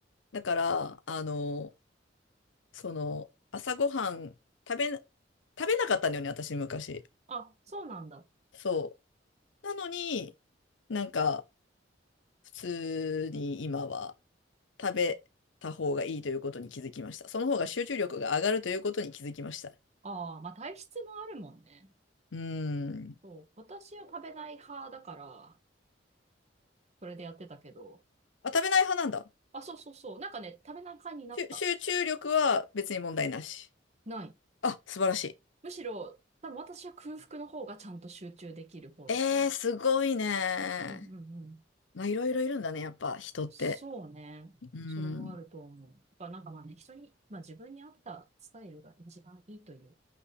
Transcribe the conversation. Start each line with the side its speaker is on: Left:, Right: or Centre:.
Left: だから、あの、その、朝ごはん食べな、食べなかったんだよね、私昔。
Right: あ、そうなんだ。
Left: そう。なのに、なんか、普通に今は食べた方がいいということに気づきました。その方が集中力が上がるということに気づきました。う
Right: ああ、まあ体質もあるもんね。
Left: ーん。
Right: そう。私は食べない派だから、それでやってたけど、
Left: あ、食べない派なんだ。
Right: あ、そうそうそう。なんかね、食べない感になった。
Left: 集集中力は別に問題なし。
Right: ない。
Left: あ、素晴らしい。
Right: むしろ、多分私は空腹の方がちゃんと集中できる方だと思
Left: えー、すごいね。
Right: う。うんうんうん。
Left: まあ、いろいろいるんだね、やっぱ、人って。
Right: そうね。
Left: うーん。
Right: それはあると思う。やっぱなんかまあね、人に、まあ自分に合ったスタイルが一番いいという